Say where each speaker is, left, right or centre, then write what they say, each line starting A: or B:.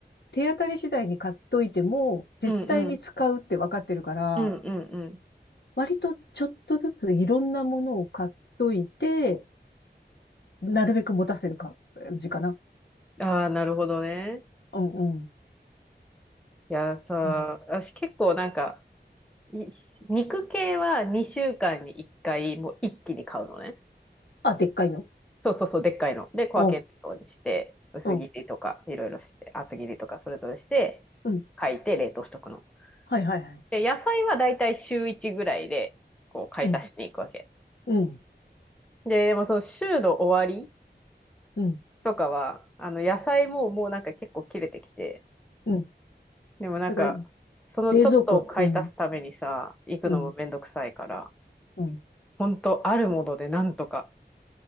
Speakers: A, on the left; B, in the centre.
A: 手当たり次第に買っといても、絶対に使うって分かってるから、
B: うんうん。うんうんうん。
A: 割とちょっとずついろんなものを買っといて、なるべく持たせる感じかな。
B: ああ、なるほどね。
A: うんうん。
B: いやさ、
A: そう。
B: 私結構なんか、い肉系は2週間に1回、もう一気に買うのね。
A: あ、でっかいの。
B: そうそうそう、でっかいの。で、小分けのようにして、
A: うん。
B: 薄切りとか、
A: うん、
B: いろいろして、厚切りとか、それぞれして、
A: うん。
B: 書いて冷凍しとくの。
A: はいはいはい。
B: で、野菜はだいたい週1ぐらいで、こう、買い足しに行くわけ。
A: うん、うん、
B: で、でもその週の終わり
A: うん、
B: とかは、あの、野菜ももうなんか結構切れてきて、
A: うん。
B: でもなんか、
A: だから、
B: そのちょっとを買い足すためにさ、
A: 冷蔵庫、うん、
B: 行くのもめんどくさいから、
A: うん、うん。
B: ほんとあるものでなんとか。